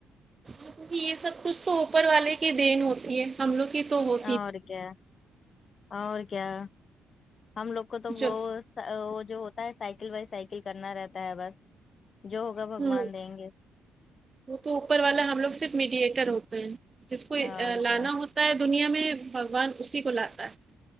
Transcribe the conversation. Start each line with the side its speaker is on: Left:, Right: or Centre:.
Right: ابھی یہ سب کچھ تو اوپر والے کی دین ہوتی ہے ہم لوگ کی تو ہو
Left: اور کیا اور کیا ہم لوگ کو تو بہت
Right: جو
Left: وہ جو ہوتا ہے سائیکل وائی سائیکل کرنا رہتا ہے بس جو ہوگا بھگوان
Right: ہوں
Left: دیں گے
Right: وہ تو اوپر والا ہم لوگ صرف میڈیٹور ہوتے ہیں جس کو
Left: اور
Right: لانا
Left: کیا
Right: ہوتا تا ہے دنیا میں بگوان اسی کو لاتا ہے